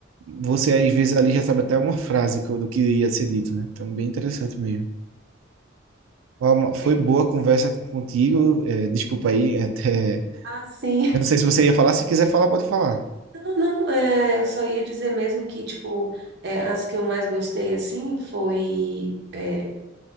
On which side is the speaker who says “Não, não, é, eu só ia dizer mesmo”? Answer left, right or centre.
Right